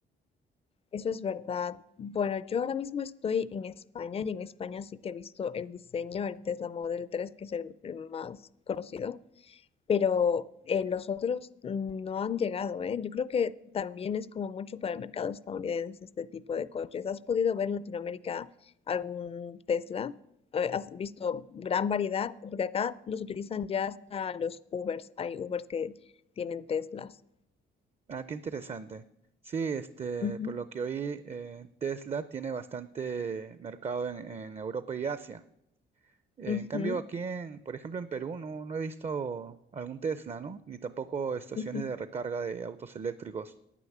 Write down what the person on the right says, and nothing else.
Ah, qué interesante. Sí, este,
por lo que oí, eh, Tesla tiene bastante mercado en, en Europa y Asia. En
cambio, aquí en, por ejemplo, en Perú no, no he visto algún Tesla, ¿no? Ni tampoco estaciones
de recarga de autos eléctricos.